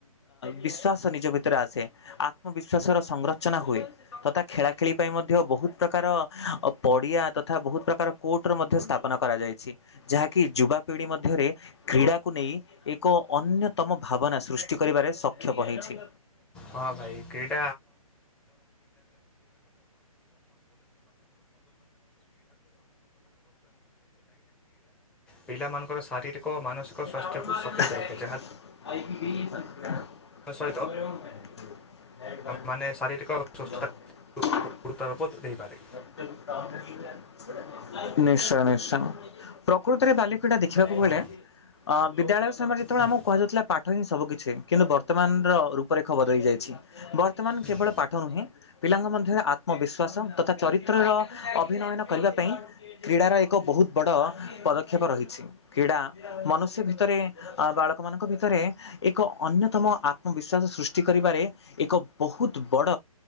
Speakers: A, on the left (about 45°); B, in the centre.
A: ବିଶ୍ୱସ ନିଜ ଭିତରେ ଆସେ ଆତ୍ମବିଶ୍ୱାସର ସଂରଚନା ହୁଏ ତଥା ଖେଳାଖେଳି ପାଇଁ ମଧ୍ୟ ବହୁତ ପ୍ରକାର ପଡ଼ିଆ ତଥା ବହୁତ ପ୍ରକାର କୋର୍ଟର ମଧ୍ୟ ସ୍ଥାପନ କରାଯାଇଛି ଯାହାକି ଯୁବାପିଢ଼ି ମଧ୍ୟରେ କ୍ରୀଡ଼ାକୁ ନେଇ ଏକ ଅନ୍ୟ ଉତ୍ତମ ଭାବନା ସୃଷ୍ଟି କରିବାରେ ସକ୍ଷମ ହୋଇଛି।
B: <inaudible> ପିଲାମାନଙ୍କର ଶାରୀରିକ
A: <inaudible> <inaudible> ନିଶ୍ଚୟ
B: ଓ ମାନସିକ ସ୍ୱାସ୍ଥ୍ୟକୁ ସତେଜ ରଖେ ଯାହାଦ୍ୱାରା ସହିତ ମାନେ ଶାରୀରିକ ସୁସ୍ଥତା ଗୁରୁତ୍ୱ ଦେଇପାରେ
A: ନିଶ୍ଚୟ ପ୍ରକୃତରେ ବାଲି ଏଟା ଦେଖିବାକୁ
B: ହଁ।
A: ମିଳେ। ଅ ବିଦ୍ୟାଳୟ ସମୟରେ ଯେତେବେଳେ
B: ହୁଁ
A: ଆମକୁ କୁହାଯାଉଥିଲା ପାଠ ହଁ ସବୁ କିଛି କିନ୍ତୁ ବର୍ତ୍ତମାନର ରୂପରେଖ ବଦଳି ଯାଇଛି। ବର୍ତ୍ତମାନ
B: ହୁଁ।
A: କେବଳ ପାଠ ନୁହେଁ ପିଲାଙ୍କ ମଧ୍ୟରେ ଆତ୍ମବିଶ୍ୱାସ ତଥା ଚରିତ୍ରର ଅଭିନୟନ କରିବା ପାଇଁ କ୍ରୀଡ଼ାର ଏକ ବହୁତ ବଡ଼ ପଦକ୍ଷେପ ରହିଛି କ୍ରୀଡ଼ା ମନ ସେ ଭିତରେ ବାଳକ ମାନଙ୍କ ଭିତରେ ଏକ ଅନ୍ୟତମ ଆତ୍ମବିଶ୍ଵାସ ସୃଷ୍ଟି କରିବାରେ ଏକ ବହୁତ ବଡ